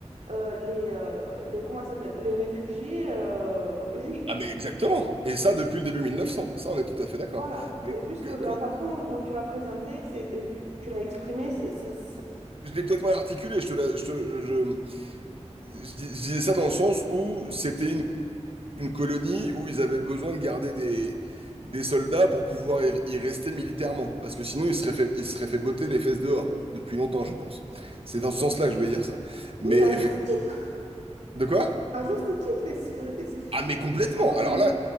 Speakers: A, on the right (about 80°); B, on the right (about 50°).
A: euh, les, euh, les, comment ça s'appelle, les réfugiés euh, juifs.
B: Ah mais exactement. Et ça depuis le début mille neuf cents Ça on est tout à fait d'accord.
A: Voilà,
B: Mais
A: c'est juste
B: que-
A: que la
B: quand-
A: façon dont tu l'as présenté, c'est, euh, tu, tu l'as exprimé, c'est, c'est- c'est-
B: je l'ai peut-être mal articulé. Je te la- je, te- je- je dis- je disais ça dans le sens où c'était une, une colonie où ils avaient besoin de garder des, des soldats pour pouvoir y, y rester militairement. Parce que sinon ils se seraient fait, ils se seraient fait botter les fesses dehors depuis longtemps, je pense. C'est dans ce sens-là que je vais dire ça.
A: oui,
B: Mais
A: mais à
B: effectivement.
A: juste titre,
B: De quoi?
A: à juste titre, il se- il se-
B: Ah mais complètement.
A: faut
B: Alors
A: te le-
B: là,